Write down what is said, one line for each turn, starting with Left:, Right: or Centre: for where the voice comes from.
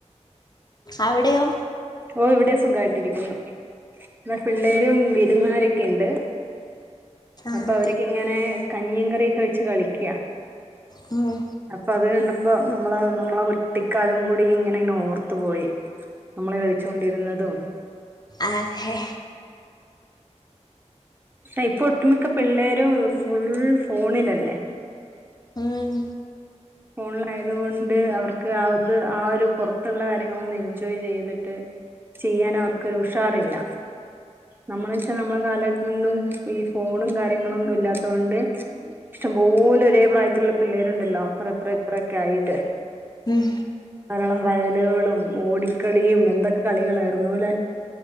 Left: അവിടെയോ
Right: ഓ ഇവിടെ സുഖമായിട്ടിരിക്കുന്നു പി പിള്ളേരും വിരുന്നരൊക്കെ ഉണ്ട്
Left: ആഹ്
Right: അപ്പൊ അവർക്ക്ങ്ങനെ കഞ്ഞീ കറിയൊക്കെ വെച്ച് കളിക്കുക
Left: മ്മ്
Right: അപ്പൊ അത് കണ്ടപ്പോ നമ്മള നമ്മളെ കുട്ടിക്കാലം കൂടി ഇങ്ങനെ ഇങ്ങനെ ഓർത്തു പോയി നമ്മൾ കളിച്ചുകൊണ്ടിരുന്നതും
Left: അഹ്
Right: സ ഇപ്പൊ ഒട്ടുമിക്ക പിള്ളേരും ഫുൾ ഫോണിലല്ലേ
Left: ഉം
Right: ഫോണിലായതുകൊണ്ട് അവർക്ക് ആത് ആ ഒരു പുറത്തുള്ള കാര്യങ്ങളൊന്ന് എൻജോയ് ചെയ്തിട്ട് ചെയ്യാൻ അവർക്കൊരു ഉഷാറില്ല നമ്മള വെച്ചാൽ നമ്മളെ കാലഘടത്തൊന്നും ഈ ഫോണും കാര്യങ്ങളും ഒന്നും ഇല്ലാത്തൊണ്ട് ഇഷ്ടംപോലെ ഒരേ പ്രായത്തിലുള്ള പിള്ളേരുണ്ടല്ലോ അപ്പറ അപ്പറ ഇപ്പ്രൊക്കെ ആയിട്ട്
Left: ഉം
Right: ധാരാളം വയലുകളും ഓടിക്കളിയും എന്തൊക്കെ കളികളായിരുന്നു അല്ലെ